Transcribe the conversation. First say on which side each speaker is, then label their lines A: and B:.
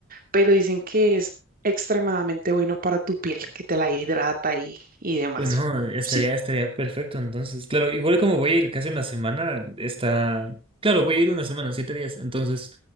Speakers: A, on the right; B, on the right.
A: pero dicen que es extremadamente bueno para tu piel, que te la hidrata y, y demás.
B: Bueno, estaría,
A: Sí,
B: estaría perfecto. Entonces, claro, igual como voy a ir casi una semana, está... Claro, voy a ir una semana, siete días. Entonces,